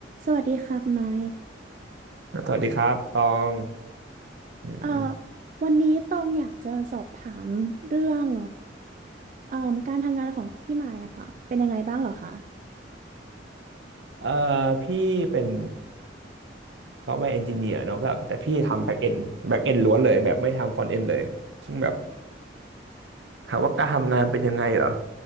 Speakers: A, on the right; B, on the right.
A: สวัสดีค่ะคุณไม้
B: สวัสดีครับตองอืมอืม
A: เอ่อวันนี้ตองอยากจะสอบถามเรื่องเอ่อการทำงานของพี่ไม้อะค่ะ เป็นยังไงบ้างเหรอคะ
B: เอ่อพี่เป็นซอฟต์แวร์เอนจิเนียร์เนาะก็แต่พี่ทำแบ็กเอนแบ็กเอนล้วนเลยแบบไม่ทำฟรอนต์เอนเลยซึ่งแบบถามว่าการทำงานเป็นยังไงเหรอ